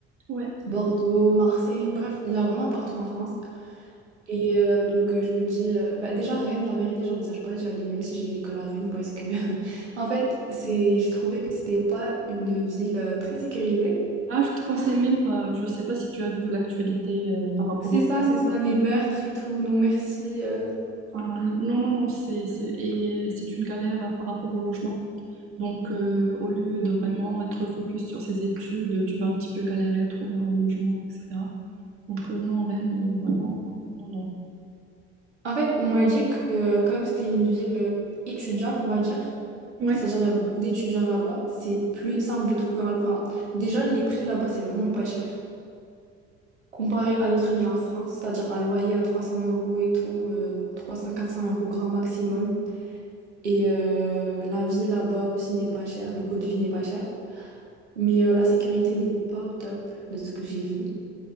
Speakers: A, on the right (about 40°); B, on the right (about 80°).
A: ouais.
B: Bordeaux, Marseille. Bref, il y a vraiment partout en France. Et euh, donc, euh, je me dis, euh, bah, déjà, Rennes, la vérité, j'envisage pas d'y aller, même si j'ai l'école à Rennes, parce que, <laughs> en fait, c'est, j'ai trouvé que c'était pas une ville euh, très sécurisée.
A: Ah, je te conseille même pas. Je sais pas si tu as vu l'actualité euh, par rapport
B: C'est
A: au.
B: ça, c'est ça, les meurtres et tout. Non, merci. euh.
A: Ah, non, non, non, c'est, c'est, et c'est une galère euh, par rapport au logement. Donc, euh, au lieu de vraiment être focus sur ses études, tu vas un petit peu galérer à trouver un logement, etc. Donc, euh, non, Rennes, euh, vraiment, euh, non, non.
B: En fait, on m'a dit que, euh, comme c'était une ville euh, étudiante, on va dire,
A: Ouais,
B: C'est-à-dire, il y a beaucoup d'étudiants là-bas. C'est plus simple de trouver un... lo- Enfin, déjà, les prix là-bas, c'est vraiment pas cher. Comparé à d'autres villes en France, c'est-à-dire un loyer à 300 euros et tout, euh, 300-400 euros grand maximum. Et euh, la vie là-bas aussi n'est pas chère, le coût de vie n'est pas cher. Mais euh, la sécurité n'est pas au top de ce que j'ai vu.